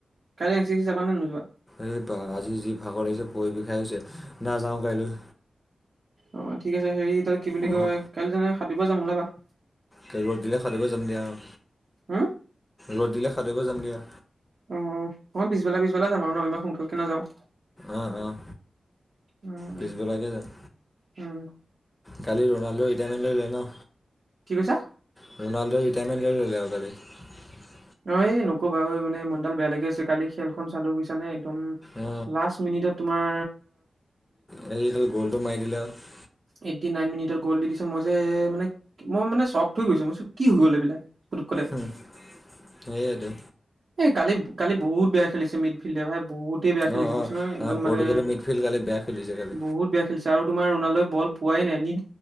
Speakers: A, on the right; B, on the left.
A: কাইলে এন চি এ চি যাবানে নোযোৱা?
B: এই বা আজি যি ভাগৰ লাগিছে ভৰি বিষাই গৈছে নাযাওঁ কাইলৈ।
A: অ' ঠিক আছে হেৰি তাত কি বুলি
B: অঁ
A: কয়। কাইলৈ তেনে সাঁতুৰিব যাম ওলাবা।
B: ত ৰ'দ দিলে সাঁতুৰিব যাম দিয়া আৰু-
A: হা?
B: ৰ'দ দিলে সাঁতুৰিব যাম দিয়া।
A: অ' অকণ পিছবেলা পিছবেলা যাম আৰু ন ইমান সোনকালে নাযাওঁ।
B: আহ' আহ'
A: উম,
B: পিছবেলাকে
A: উম,
B: যাম।
A: উম,
B: কালি ৰনাল্ডো এটনে লৈ লয় ন।
A: কি কৈছা?
B: ৰণাল্ডো ৰিটায়াৰমেণ্ট লৈ ল'লে আৰু কালি।
A: অ' এই নকো বাৰু মানে মন ডাল বেয়া লাগি আছে কালি খেলখন চালো বুইছানে। একদম
B: অ
A: লাষ্ট মিনিটত তোমাৰ।
B: গ'লটো মাৰি দিলে আৰু।
A: এইটী নাইন মিনিটত গ'ল দি দিছে, মই যে মানে মই মানে চফ্ট হৈ গৈছো, মই চোক কি হৈ গ'ল এইবিলাক। পুতুকতে।
B: উম, সেইয়েটো।
A: এ কালি কালি বহুত বেয়া খেলছে মিড ফিল্ডে ভাই। বহুতেই বেয়া খেলিছে
B: অ
A: বুজিছে নহয়, একদম
B: অ পৰ্টুগালৰ
A: মানে
B: মিডফিল্ড কালি বেয়া খেলিছে কালি
A: বহুত বেয়া। আৰু তোমাৰ ৰোনাল্ডোই বল পোৱাই নাই নি-